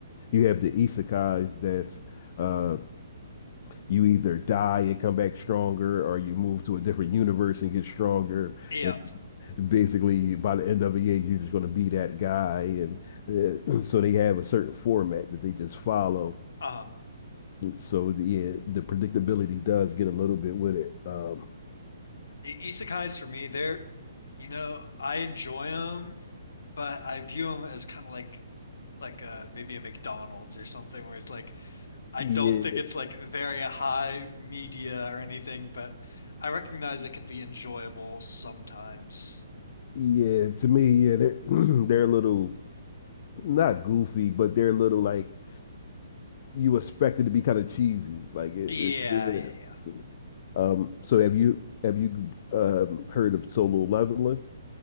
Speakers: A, on the left; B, on the left.
A: You have the isekais that's uh you either die and come back stronger, or you move to a different universe and get stronger.
B: Yeah.
A: And basically, by the end of the year, you're just going to be that guy. And uh, <clears throat> so they have a certain format that they just follow.
B: Um
A: So the, yeah, the predictability does get a little bit with it. Um,
B: Isekais for me, they're, you know, I enjoy them, but I view them as kind of like like uh maybe a McDonald's or something where it's like I
A: yeah,
B: don't think it's like very high media or anything, but I recognize it can be enjoyable sometimes.
A: yeah. To me, yeah, they're <clears throat> they're a little not goofy, but they're a little like you expect it to be kind of cheesy. Like it,
B: Yeah,
A: it-
B: yeah, yeah.
A: yeah. Um, so have you have you um, heard of solo leveling?